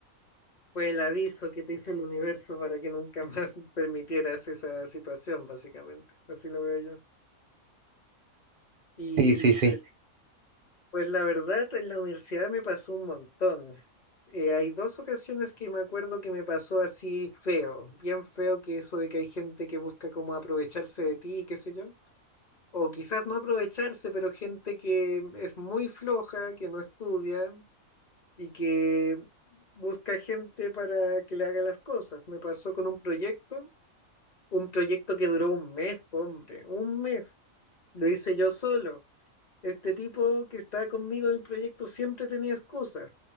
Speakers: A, on the left; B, on the right.
A: fue el aviso que te hizo el universo para que nunca más <laughs> permitieras esa situación, básicamente. Así lo veo yo. Y
B: Sí, sí, sí.
A: pues, pues la verdad, en la universidad me pasó un montón. Eh, hay dos ocasiones que me acuerdo que me pasó así feo, bien feo que eso de que hay gente que busca como aprovecharse de ti, qué sé yo. O quizás no aprovecharse, pero gente que es muy floja, que no estudia y que busca gente para que le haga las cosas. Me pasó con un proyecto Un proyecto que duró un mes, hombre, un mes. Lo hice yo solo. Este tipo que estaba conmigo en el proyecto siempre tenía excusas.